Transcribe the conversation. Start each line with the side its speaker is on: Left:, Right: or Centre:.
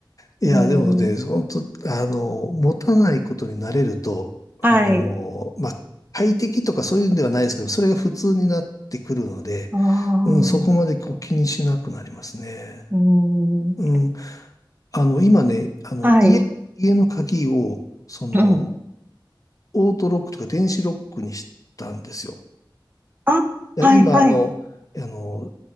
Left: いや、
Right: うん。
Left: でもね、本当あの、持たないことになれると、あの、
Right: はい。
Left: まあ、快適とかそういうんではないですけど、それが普通になってくるので、
Right: ああ。
Left: うん、そこまでこう気にしなくなりますね。
Right: うん。
Left: うん。あの、今ね、あの、
Right: はい。
Left: 家、家の鍵を、その、
Right: うん。
Left: オートロックとか電子ロックにしたんですよ。
Right: あ、
Left: で今、
Right: はい、はい。
Left: あの、あの、